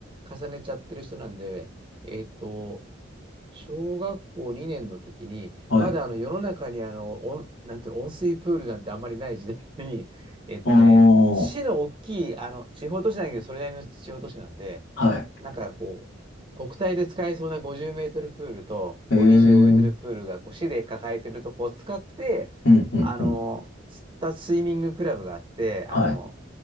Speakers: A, on the right (about 25°); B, on the left (about 75°).
A: 重ねちゃってる人なんで、えっと、小学校2年の時に、
B: はい。
A: まだあの世の中にあの、温なんていうの、温水プールなんてあんまりない時代に、<laughs> えっとね、
B: ああ、
A: 市の大きい、あの、地方都市なんだけど、それなりの地方都市なんで、
B: は
A: なんかこう、国体で使えそうな50メートルプールと、
B: い。へえ。
A: こう25メートルプールがこう市で抱えてるとこを使って、
B: うん、うん、うん。
A: あの、釣ったスイミングクラブがあって、
B: はい。
A: あの、